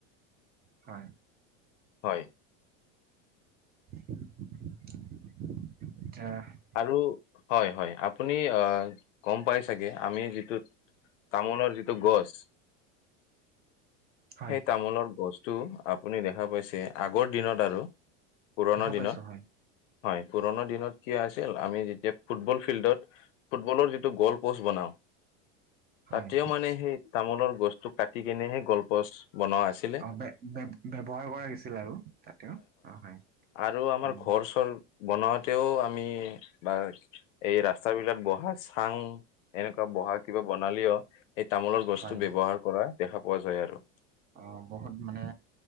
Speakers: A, on the right; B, on the left.
A: হয়।
B: হয়।
A: <unintelligible>
B: আৰু হয়-হয় আপুনি আহ গম পাই চাগে, আমি যিটো তামোলৰ যিটো গছ
A: হয়,
B: সেই তামোলৰ গছটো আপুনি দেখা পাইছে আগৰ দিনত আৰু পুৰণা
A: দেখা
B: দিনত
A: পাইছো হয়,
B: হয়, পুৰণা দিনত কিয় আছিল আমি যেতিয়া ফুটবল ফিল্ডত ফুটবলৰ যিটো গল প'ষ্ট বনাওঁ।
A: হয়।
B: তাতেও মানে সেই তামোলৰ গছতটো কাটি কেনে হে গল্পচ বনোৱা আছে।
A: অ' ব্যৱহাৰ কৰা গৈছিল আৰু তাতে অ' হয়।
B: আৰু আমাৰ
A: উম,
B: ঘৰ চৰ বনাওঁতেও আমি বা এই ৰাস্তা বিলাক বহা চাং, এনেকুৱা বহা কিবা বনালেও এই তামোলৰ গছতো
A: হয়।
B: ব্যৱহাৰ কৰা দেখা পোৱা যায় আৰু।
A: অ' বহুত মানে